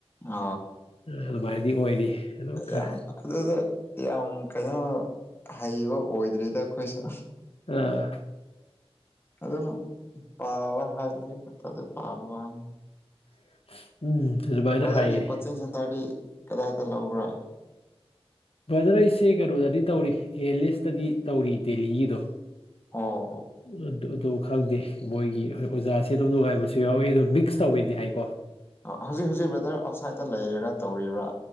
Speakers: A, on the left; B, on the left.
A: ꯑ
B: ꯑꯗꯨꯃꯥꯏꯅꯗꯤ ꯑꯣꯏꯔꯤ ꯑꯗꯨ ꯈꯔ
A: ꯌꯥꯝ ꯑꯗꯨꯗ ꯌꯥꯝ ꯀꯩꯅꯣ ꯍꯩꯕ ꯑꯣꯏꯗ꯭ꯔꯤꯗ ꯑꯩꯈꯣꯏꯁꯨ
B: ꯑꯥ
A: ꯑꯗꯨꯝ ꯄꯥꯕ ꯍꯥꯏꯔꯗꯤꯠꯇ ꯑꯗꯨ ꯄꯥꯅꯤ
B: <inaudible> ꯑꯗꯨꯃꯥꯏꯅ
A: ꯭ꯔꯗꯔꯒꯤ
B: ꯍꯥꯏꯌꯦ
A: ꯀꯆꯤꯟꯁꯤꯟ ꯇꯗꯤ ꯀꯗꯥꯏꯗ ꯂꯧꯕ꯭ꯔꯥ
B: ꯕ꯭ꯔꯗꯔ ꯑꯩꯁꯦ ꯀꯩꯅꯣꯗꯗꯤ ꯇꯧꯔꯤ ꯑꯦ ꯂꯤꯁꯇꯗꯤ ꯇꯧꯔꯤ ꯗꯦꯜꯂꯤꯒꯤꯗꯣ ꯑꯗꯨ
A: ꯑꯣ
B: ꯑꯗꯨ ꯑꯗꯨ ꯑꯗꯨꯣ ꯈꯪꯗꯦ ꯃꯣꯏꯒꯤ ꯍꯣꯏ ꯑꯣꯖꯥꯁꯦ ꯑꯗꯨꯝ ꯅꯨꯡꯉꯥꯏꯕꯁꯨ ꯌꯥꯎꯋꯤ ꯑꯗꯨꯝ ꯃꯤꯛꯁ ꯇꯧꯋꯤꯗꯤ ꯍꯥꯏꯦ
A: ꯍꯧꯖꯤꯛ ꯍꯧꯖꯤꯛ ꯕꯦꯗꯔ ꯑꯥꯎꯠꯁꯥꯏꯗꯠꯇ ꯂꯩꯔꯒ ꯇꯧꯔꯤꯕ꯭ꯔꯥ